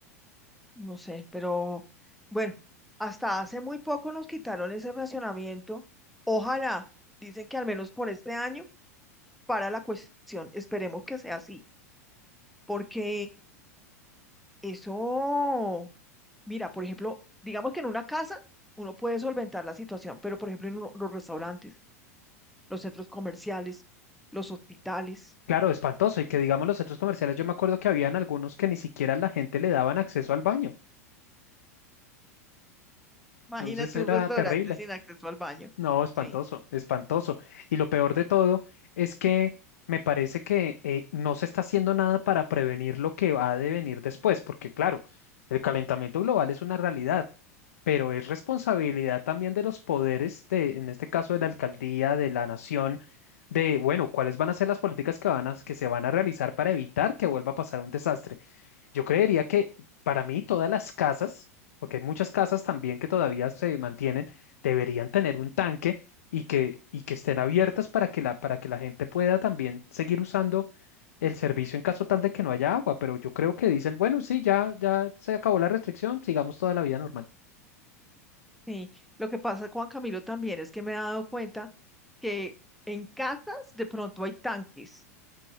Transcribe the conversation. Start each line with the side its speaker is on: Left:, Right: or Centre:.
Centre: no sé, pero bueno, hasta hace muy poco nos quitaron ese racionamiento. Ojalá, dicen que al menos por este año, para la cuestión, esperemos que sea así, porque Eso, mira, por ejemplo, digamos que en una casa uno puede solventar la situación, pero por ejemplo en uno- los restaurantes, los centros comerciales, los hospitales.
Left: claro, espantoso. Y que digamos los centros comerciales, yo me acuerdo que habían algunos que ni siquiera la gente le daban acceso al baño.
Centre: Imagínate
Left: Entonces era
Centre: un restaurante
Left: terrible.
Centre: sin acceso al baño.
Left: No, espantoso,
Centre: Sí,
Left: espantoso. Y lo peor de todo es que me parece que eh, no se está haciendo nada para prevenir lo que va a devenir después, porque claro, el calentamiento global es una realidad, pero es responsabilidad también de los poderes, de, en este caso de la alcaldía, de la nación, de, bueno, cuáles van a ser las políticas que van a, que se van a realizar para evitar que vuelva a pasar un desastre. Yo creería que para mí todas las casas, porque hay muchas casas también que todavía se mantienen, deberían tener un tanque y que, y que estén abiertas para que la, para que la gente pueda también seguir usando el servicio en caso tal de que no haya agua. Pero yo creo que dicen, bueno, sí, ya, ya se acabó la restricción, sigamos toda la vida normal.
Centre: sí. Lo que pasa, Juan Camilo, también es que me he dado cuenta que en casas de pronto hay tanques,